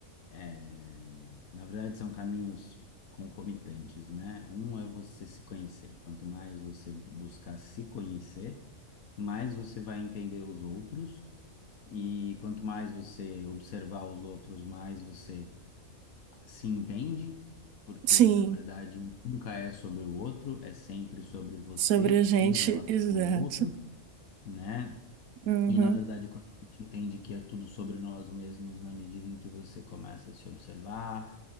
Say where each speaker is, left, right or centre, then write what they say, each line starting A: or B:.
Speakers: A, on the left; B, on the right.
A: é, na verdade são caminhos concomitantes, né? Um é você se conhecer. Quanto mais você buscar se conhecer, mais você vai entender os outros. E quanto mais você observar os outros, mais você se entende, porque
B: sim,
A: na verdade nunca é sobre o outro, é sempre sobre você
B: sobre a gente,
A: em relação
B: exato.
A: ao outro, né?
B: Uhum.
A: E na verdade, quando a gente entende que é tudo sobre nós mesmos, na medida em que você começa a se observar,